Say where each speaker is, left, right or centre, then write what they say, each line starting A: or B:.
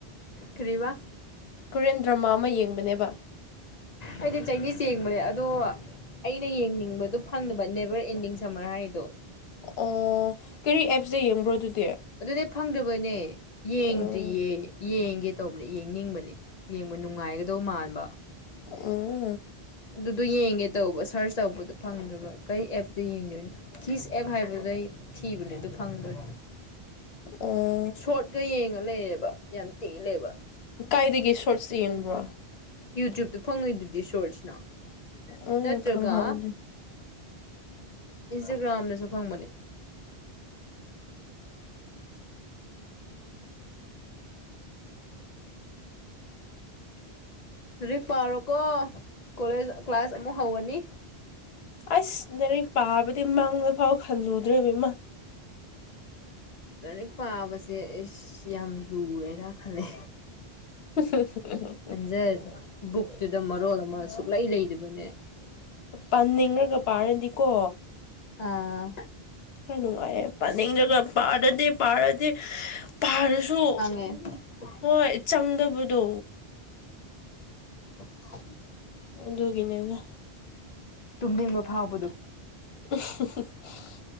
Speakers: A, on the left; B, on the left.
A: ꯀ꯭ꯔꯤꯕꯥ
B: ꯀꯣꯔꯤꯌꯟ ꯗ꯭ꯔꯃꯥ ꯑꯃ ꯌꯦꯡꯕꯅꯦꯕ
A: ꯑꯩꯗꯤ ꯆꯥꯏꯅꯤꯁ ꯆꯦꯡꯕꯅꯦ ꯑꯗꯣ ꯑꯩꯅ ꯌꯦꯡꯅꯤꯡꯕꯗꯣ ꯐꯪꯗꯕ ꯅꯦꯕꯔ ꯑꯦꯟꯗꯤꯡ ꯁꯝꯃꯔ ꯍꯥꯏꯔꯤꯗꯣ
B: ꯑꯣ ꯀꯔꯤ ꯑꯦꯞꯁꯇ ꯌꯦꯡꯕ꯭ꯔꯣ ꯑꯗꯨꯗꯤ
A: ꯑꯗꯨꯅꯦ ꯐꯪꯗꯕꯅꯦ ꯌꯦꯡꯗ꯭ꯔꯤꯌꯦ
B: ꯎꯝ
A: ꯌꯦꯡꯒꯦ ꯇꯧꯕꯅꯦ ꯌꯦꯡꯅꯤꯡꯕꯅꯤ ꯌꯦꯡꯕ ꯅꯨꯡꯉꯥꯏꯒꯗꯧ ꯃꯥꯟꯕ
B: ꯑ
A: ꯑꯗꯨꯗꯣ ꯌꯦꯡꯒꯦ ꯇꯧꯕ ꯁꯔꯁ ꯇꯧꯕꯗꯣ ꯐꯪꯗ꯭ꯔꯕ ꯀꯩ ꯑꯦꯞꯇ ꯌꯦꯡꯗꯣꯏꯅꯣ ꯀꯤꯁ ꯑꯦꯞ ꯍꯥꯏꯕꯗꯩ ꯊꯤꯕꯅꯦ ꯑꯗꯨ ꯐꯪꯗ꯭ꯔꯦ
B: ꯑꯣꯝ
A: ꯁꯣꯔꯠꯀ ꯌꯦꯡꯉ ꯂꯩꯌꯦꯕ ꯌꯥꯝ ꯇꯦꯜꯂꯦꯕ
B: ꯀꯥꯏꯗꯒꯤ ꯁꯣꯔꯠꯁ ꯌꯦꯡꯕ꯭ꯔꯣ
A: ꯌꯨꯇ꯭ꯌꯨꯕꯇ ꯐꯪꯉꯣꯏꯗꯨꯗꯤ ꯁꯣꯔꯁꯅꯣ
B: ꯎꯝ
A: ꯅꯠꯇ꯭ꯔꯒ
B: ꯈꯪꯍꯧꯗꯦ
A: ꯏꯟꯁꯇꯒ꯭ꯔꯥꯝꯗꯁꯨ ꯐꯪꯕꯅꯦ ꯍꯧꯖꯤꯛ ꯄꯥꯔꯣꯀꯣ ꯀꯣꯂꯦꯖ ꯀ꯭ꯂꯥꯁ ꯑꯃꯨꯛ ꯍꯧꯔꯅꯤ
B: ꯑꯁ ꯂꯥꯏꯔꯤꯛ ꯄꯥꯕꯗꯤ ꯃꯪꯗꯐꯥꯎ ꯈꯜꯂꯨꯗ꯭ꯔꯦꯕ ꯏꯃꯥ
A: ꯂꯥꯏꯔꯤꯛ ꯄꯥꯕꯁꯦ ꯑꯩꯁ ꯌꯥꯝ ꯂꯨꯔꯦꯅ ꯈꯂꯦ
B: ꯍ
A: ꯈꯟꯖꯔꯦ ꯕꯨꯛꯇꯨꯗ ꯃꯔꯣꯜ ꯑꯃ ꯁꯨꯛꯂꯩ ꯂꯩꯗꯕꯅꯦ
B: ꯄꯟꯅꯦꯉ꯭ꯔꯒ ꯄꯥꯔꯗꯤꯀꯣ
A: ꯑꯥ
B: ꯈꯔ ꯅꯨꯡꯉꯥꯏꯌꯦꯦ ꯄꯥꯅꯤꯡꯗꯒ ꯄꯥꯔꯗꯤ ꯄꯥꯔꯗꯤ ꯄꯥꯔꯁꯨ
A: ꯍ
B: ꯍꯣꯏ ꯆꯪꯗꯕꯗꯣ
A: <unintelligible>
B: ꯑꯗꯨꯒꯤꯅꯦꯅ
A: ꯇꯨꯝꯅꯤꯡꯕ ꯐꯥꯎꯕꯗꯣ
B: <unintelligible>